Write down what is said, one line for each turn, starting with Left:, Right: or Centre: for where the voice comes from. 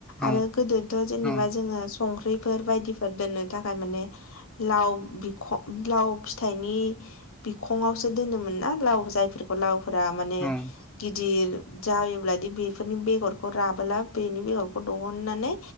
Left: आरो
Centre: औ
Left: गोदोथ' जेनेबा
Centre: औ
Left: जोङो संख्रिफोर बायदिफोर दोननो थाखाय माने लाव बिख लाव फिथाइनि बिखङावसो दोनोमोन ना लाव जायफोरखौ लावफोरा माने
Centre: नंगौ
Left: गिदिर जायोब्लादि बेफोरनि बेगरखौ राबोला बेनि बेगरखौ दिहुननानै